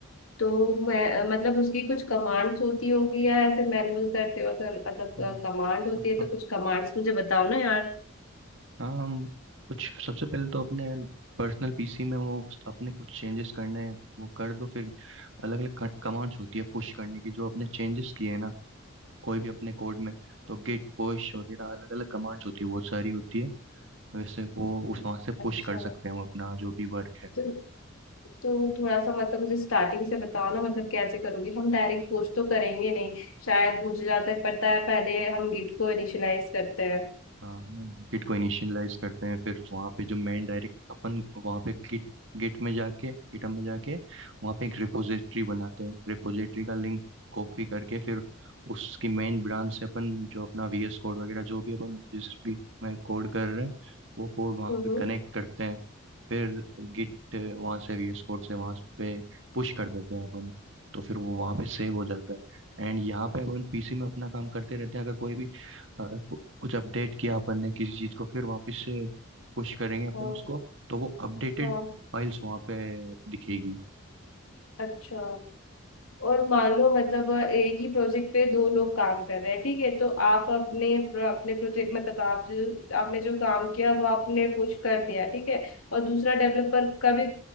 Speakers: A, on the left (about 85°); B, on the right (about 60°).
A: तो मैं मतलब उसकी कुछ कमांड्स होती होगी या ऐसे मैनुअल करते हो अगर मतलब
B: हाँ
A: कमांड होती
B: हाँ
A: है
B: हाँ
A: तो कुछ कमांड्स मुझे बताओ ना यार
B: हाँ, हम कुछ सबसे पहले तो अपने पर्सनल पीसी में वो अपने कुछ चेंजेस करने हैं वो कर दो फिर अलग अलग कमांड्स होती है पुश करने की जो अपने चेंजेस किए हैं ना कोई भी अपने कोड में तो गिट पुश वगैरह अलग अलग कमांड्स होती है बहुत सारी होती है वैसे वो उस वहाँ से
A: अच्छा
B: पुश कर सकते हैं हम अपना जो भी वर्क है
A: तो तो थोड़ा सा मतलब मुझे स्टार्टिंग से बताओ ना मतलब कैसे करोगे हम डायरेक्ट पोस्ट तो करेंगे नहीं शायद मुझे जहाँ तक पता है पहले हम गिट को इनिशियलाइज करते हैं
B: हाँ हाँ गिट को इनिशियलाइज करते हैं फिर वहाँ पे जो मेन डायरेक्ट अपन वहाँ पे गिट गिट में जाके गिटहब में जाके वहाँ पे एक रिपोजिटरी बनाते हैं रिपोजिटरी का लिंक कॉपी करके फिर उसकी मेन ब्रांच से अपन जो अपना वीएस कोड वगैरह जो भी अपन जिस भी में कोड कर रहे हैं वो कोड वहाँ
A: हम्म
B: पे कनेक्ट करते हैं फिर गिट वहाँ से वीएस कोड से वहाँ पे पुश कर देते हैं अपन तो फिर वो वहाँ पे सेव हो जाता है एंड यहाँ पे अपन पीसी में अपना काम करते रहते हैं अगर कोई भी अ, कु- कुछ अपडेट किया अपन ने किसी चीज को फिर वापस से पुश करेंगे अपन
A: हाँ
B: उसको तो वो अपडेटेड
A: हाँ
B: फाइल्स वहाँ पे दिखेगी
A: अच्छा और मान लो मतलब एक ही प्रोजेक्ट पे दो लोग काम कर रहे हैं ठीक है तो आप अपने अपने प्रोजेक्ट मतलब आप जो आपने जो काम किया वो आपने पुश कर दिया ठीक है और दूसरा डेवलपर का भी